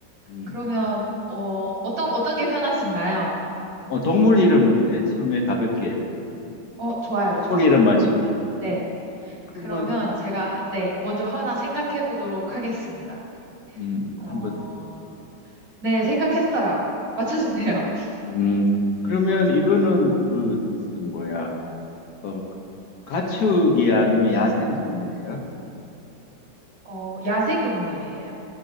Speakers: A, on the left (about 60°); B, on the right (about 85°).
A: 음.
B: 그러면, 어, 어떤, 어떤 게 편하신가요?
A: 어, 동물 이름 어때? 처음에 가볍게.
B: 어, 좋아요,
A: 동물
B: 좋아요.
A: 이름 맞추기.
B: 그러면, 네.
A: 그러면,
B: 그러면 제가, 네, 먼저 하나 생각해 보도록 하겠습니다.
A: 음, 음,
B: 어,
A: 한번 해봐.
B: 네, 생각했어요. 맞춰주세요. <laughs>
A: 음, 그러면 이거는 그, 저 뭐야. 어, 가축이 아니면 야생 동물이야?
B: 어, 야생 동물이에요.